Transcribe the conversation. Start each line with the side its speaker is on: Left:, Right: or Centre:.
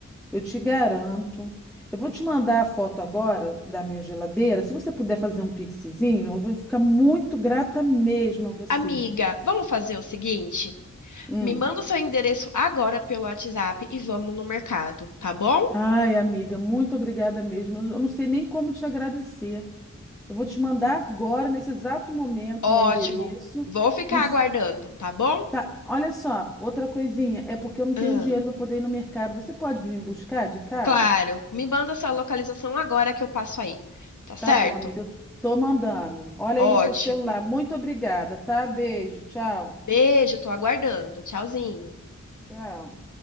Centre: Eu te garanto. Eu vou te mandar a foto agora da minha geladeira. Se você puder fazer um pixizinho, eu vou ficar muito grata mesmo a você.
Left: Amiga, vamos fazer o seguinte?
Centre: Hum.
Left: Me manda o seu endereço agora pelo WhatsApp e vamos no mercado, tá bom?
Centre: Ai, amiga, muito obrigada mesmo. Eu eu não sei nem como te agradecer. Eu vou te mandar agora, nesse exato momento,
Left: Ótimo.
Centre: meu endereço.
Left: Vou ficar
Centre: E
Left: aguardando, tá bom?
Centre: Tá, olha só, outra coisinha, é porque eu não tenho
Left: Ah,
Centre: dinheiro para poder ir no mercado. Você pode vir me buscar de carro?
Left: claro. Me manda sua localização agora que eu passo aí, tá certo?
Centre: Tá bom, amiga, eu tô mandando. Olha
Left: Ótimo.
Centre: aí no seu celular. Muito obrigada, tá? Beijo, tchau.
Left: Beijo, tô aguardando. Tchauzinho.
Centre: Tchau.